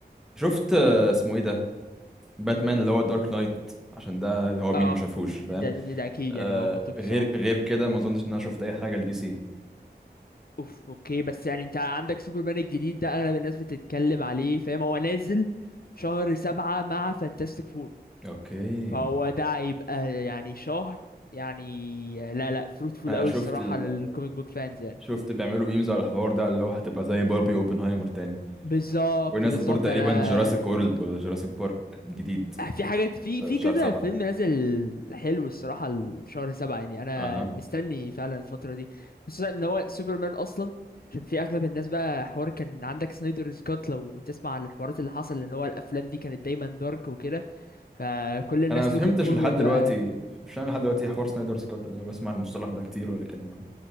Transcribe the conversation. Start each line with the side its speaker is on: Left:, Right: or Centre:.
Centre: شفت آه، اسمه ايه ده باتمان اللي هو دارك نايت عشان ده اللي هو مين
Left: اه
Centre: ما شافوش فاهم
Left: ده ده ده اكيد
Centre: آه
Left: يعني اه منطقي
Centre: غير
Left: الصراحة
Centre: غير كده ما اظنش ان انا شفت اي حاجه لدي سي
Left: اوف اوكي بس يعني انت عندك سوبرمان الجديد ده اغلب الناس بتتكلم عليه فاهم هو نازل شهر سبعة مع فانتاستيك فور
Centre: اوكي
Left: فهو ده هيبقى يعني شهر يعني لا لا فروتفول
Centre: انا
Left: قوي
Centre: شفت
Left: الصراحة
Centre: ال...
Left: للكوميك بوك فانز يعني
Centre: شفت بيعملوا ميمز على الحوار ده اللي هو هتبقى زي باربي اوبنهايمر تاني
Left: بالظبط
Centre: ونازل
Left: بالظبط
Centre: برضه تقريبا
Left: انا
Centre: جوراسيك وورلد ولا جوراسيك بارك جديد
Left: آه، في حاجات في
Centre: في
Left: في
Centre: شهر
Left: كذا
Centre: سبعة
Left: فيلم نازل حلو الصراحة الشهر سبعة يعني أنا
Centre: اها
Left: أنا مستني فعلا الفترة دي خصوصا إن هو سوبرمان أصلا عشان في أغلب الناس بقى حوار كان عندك سنايدرز كات لو تسمع عن الحوارات اللي حصل إن هو الأفلام دي كانت دايما دارك وكده فكل الناس
Centre: انا ما فهمتش
Left: looking forward
Centre: لحد دلوقتي
Left: بقى
Centre: مش انا لحد دلوقتي إيه حوار سنايدر سكوت ده انا بسمع المصطلح ده كتير ولكن ما-